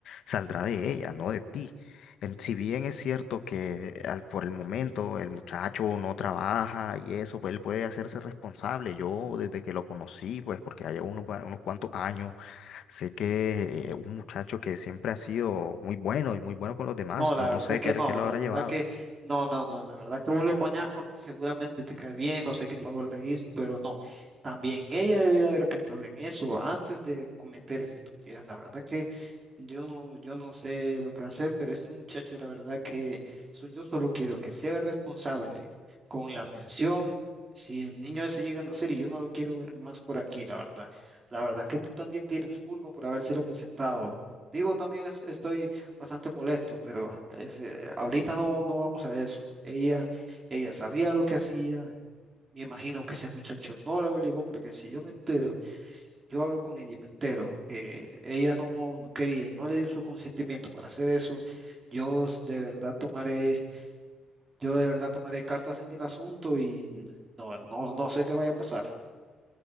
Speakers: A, on the left; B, on the right.
A: saldrá de ella, no de ti el- si bien es cierto que al, por el momento el muchacho no trabaja y eso, pues él puede hacerse responsable. Yo desde que lo conocí, pues porque ya llevo unos, va- unos cuantos años, sé que eh, un muchacho que siempre ha sido muy bueno y muy bueno con los demás,
B: No, la
A: no,
B: verdad
A: no sé
B: que
A: qué,
B: no,
A: qué lo
B: la
A: habrá
B: verdad
A: llevado.
B: que no, no, no, la verdad que vos lo apañás porque seguramente te cae bien, no sé qué favor te hizo, pero no, también ella debió haber pensado en eso antes de cometer esa estupidez, la verdad que yo no, yo no sé lo que va a hacer, pero ese muchacho, la verdad que so- yo solo quiero que sea responsable con la pensión, si el niño ese llega a nacer y yo no lo quiero ver más por aquí, la verdad, la verdad que tú también tienes culpa por habérselo presentado, contigo también es- estoy bastante molesto, pero es, eh, ahorita no, no vamos a eso. Ella, ella sabía lo que hacía. Me imagino que ese muchacho no lo obligó, porque si yo me entero, yo hablo con ella y me entero que ella no, no quería y no le dio su consentimiento para hacer eso, yo s- de verdad tomaré, yo de verdad tomaré cartas en el asunto y no, no, no sé qué vaya a pasar.